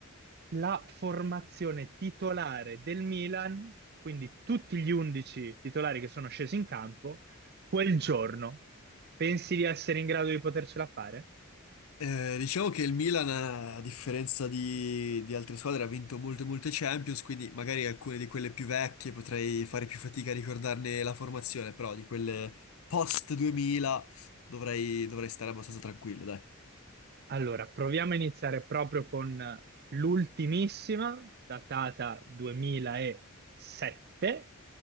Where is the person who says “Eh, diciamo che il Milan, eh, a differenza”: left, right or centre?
Left